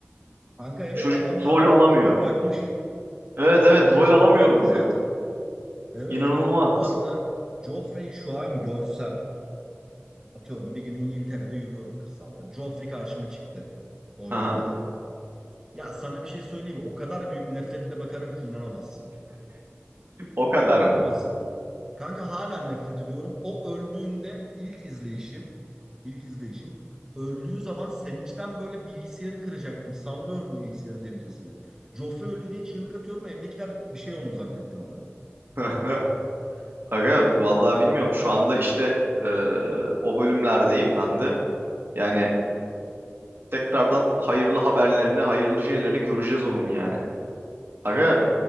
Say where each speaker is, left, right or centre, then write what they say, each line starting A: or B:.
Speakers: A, on the right (about 15°); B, on the right (about 60°).
A: Kanka evet
B: Çocuk
A: adam zaten
B: rol
A: oyunculuğu
B: alamıyor.
A: bırakmış.
B: Evet
A: Bayağı
B: evet
A: oyunculuğu
B: rol alamıyorum
A: bıraktı zaten.
B: diyor.
A: Evet.
B: İnanılmaz.
A: Bu arada Joffrey'i şu an görsem atıyorum bir gün İngiltere'de yürüyorum kırsalda. Joffrey karşıma çıktı oynayan
B: Aha,
A: adam. Ya sana bir şey söyleyeyim mi? O kadar büyük nefretle bakarım ki inanamazsın.
B: o kadar
A: İnanamazsın.
B: mı?
A: Kanka hala nefret ediyorum. O öldüğünde ilk izleyişim İlk izleyişim. Öldüğü zaman sevinçten böyle bilgisayarı kıracaktım. Sallıyorum bilgisayarı delicesine. Joffrey öldü diye çığlık atıyorum. Evdekiler bir şey oldu zannetti bana.
B: <laughs> Aga
A: Müthiş.
B: vallahi bilmiyorum. Şu anda işte e, o bölümlerdeyim ben de. Yani tekrardan hayırlı haberlerini, hayırlı şeylerini göreceğiz onun yani. Aga